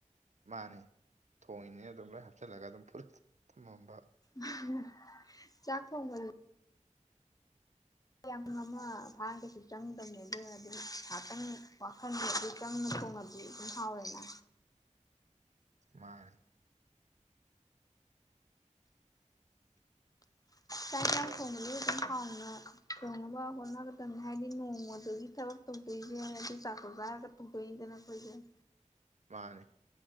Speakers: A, on the right; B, on the left.
A: ꯃꯥꯅꯦ ꯊꯣꯡꯉꯤꯅꯦꯅ ꯑꯗꯨꯝ ꯂꯣꯏ ꯍꯥꯞꯆꯜꯂꯒ ꯑꯗꯨꯝ ꯐꯨꯠꯂ ꯊꯝꯃꯝꯕ
B: ꯍꯥ ꯆꯥꯥꯛ ꯊꯣꯡꯕ ꯌꯥꯝ ꯑꯃ ꯐꯥꯒꯁꯨ ꯆꯪꯗꯕꯅꯦ ꯑꯗꯨꯝ ꯉꯥꯏꯍꯥꯛꯇꯪ ꯋꯥꯈꯜꯗ ꯑꯗꯨ ꯆꯪ ꯊꯣꯡꯂꯗꯤ ꯑꯗꯨꯝ ꯍꯥꯎꯋꯦꯅ
A: ꯃꯥꯅꯦ
B: ꯆꯥꯛ ꯏꯟꯖꯥꯡ
A: ꯑꯗꯣ
B: ꯊꯣꯡꯕ ꯑꯗꯨꯝ ꯍꯥꯎꯅ ꯊꯣꯡꯅꯕ ꯍꯣꯠꯅꯒꯗꯕꯅꯦ ꯍꯥꯏꯗꯤ ꯅꯣꯡꯃꯗꯨꯒꯤ ꯊꯕꯛ ꯇꯧꯗꯣꯏꯁꯦ ꯑꯗꯨ ꯆꯥꯛꯇꯣ ꯆꯥꯔꯒ ꯇꯧꯗꯣꯏꯅꯦ <unintelligible>
A: ꯃꯥꯅꯦ